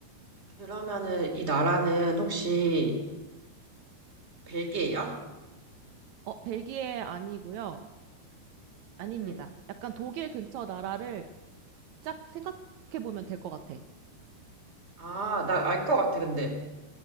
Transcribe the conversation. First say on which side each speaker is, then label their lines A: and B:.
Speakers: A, on the right (about 20°); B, on the right (about 85°).
A: 그러면은 이 나라는 혹시 벨기에야?
B: 어, 벨기에 아니고요. 아닙니다.
A: 음.
B: 약간 독일 근처 나라를 짝 생각해 보면 될 것 같아.
A: 아, 나 알 것 같아, 근데.